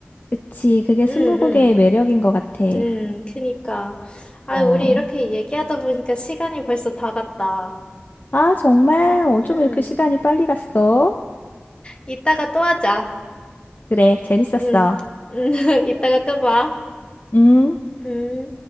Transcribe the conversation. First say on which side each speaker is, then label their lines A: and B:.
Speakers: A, on the left; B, on the left.
A: 그치. 그게
B: 응,
A: 스무고개의
B: 응,
A: 매력인 것 같아.
B: 응, 그니까. 아,
A: 어.
B: 우리 이렇게 얘기하다 보니까 시간이 벌써 다 갔다.
A: 아, 정말 어쩜
B: 응,
A: 이렇게 시간이 빨리 갔어?
B: 이따가 또 하자.
A: 그래, 재밌었어.
B: 응, 응, <laughs> 이따가 또 봐.
A: 응?
B: 응.